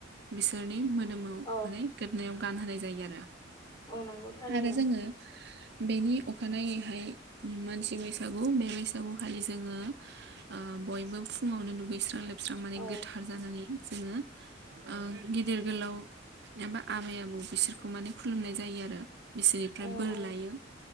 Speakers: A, on the right; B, on the left.
A: बिसोरनि मोदोमाव माव
B: औ
A: माने गोदनायाव गान होनाय जायो आरो
B: औ नंगौ थारैनो
A: आरो जोङो बेनि अखानायैहाय मानसि बैसागु बे बैसागु खालि जोङो ओ बयबो फुङावनो दुगैस्रां लोबस्रां माने
B: औ
A: गोथार जानानै जोङो ओ गिदिर गोलाव एबा आबै आबौ बिसोरखौ माने खुलुमनाय जायो आरो बिसोरनिफ्राय
B: औ
A: बोर
B: औ
A: लायो